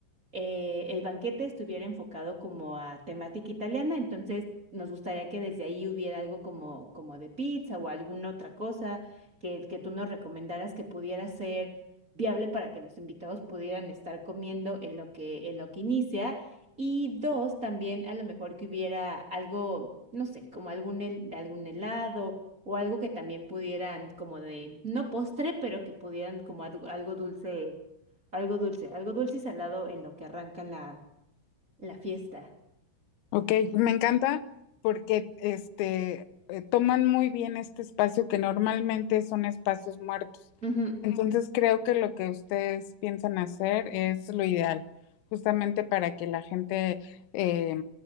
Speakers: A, on the right; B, on the left.
A: eh, el banquete estuviera enfocado como a temática italiana, entonces nos gustaría que desde ahí hubiera algo como, como de pizza o alguna otra cosa que, que tú nos recomendaras que pudiera ser viable para que los invitados pudieran estar comiendo en lo que, en lo que inicia. Y dos, también a lo mejor que hubiera algo, no sé, como algún, hel- algún helado o algo que también pudieran como de, no postre, pero que pudieran como adu- algo dulce algo dulce, algo dulce y salado en lo que arranca la, la fiesta.
B: Ok, me encanta porque este eh, toman muy bien este espacio que normalmente son espacios muertos.
A: Ujú,
B: Entonces creo que lo que ustedes piensan hacer es lo ideal, justamente para que la gente eh,